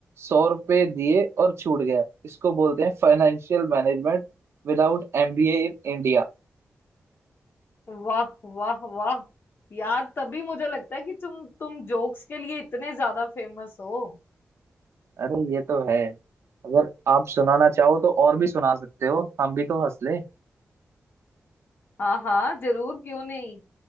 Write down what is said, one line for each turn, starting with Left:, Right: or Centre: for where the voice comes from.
Right: सौ रुपए दिए और छूट गया इसको बोलते हैं फाइनेंशियल मैनेजमेंट विदाउट एमबीए इन इंडिया
Left: वाह वाह वाह यार तभी मुझे लगता है कि तुम तुम जोक्स के लिए इतने ज्यादा फेमस हो
Right: अरे ये तो है अगर आप सुनाना चाहो तो और भी सुना सकते हो हम भी तो हंस ले
Left: हाँ हाँ जरूर क्यों नहीं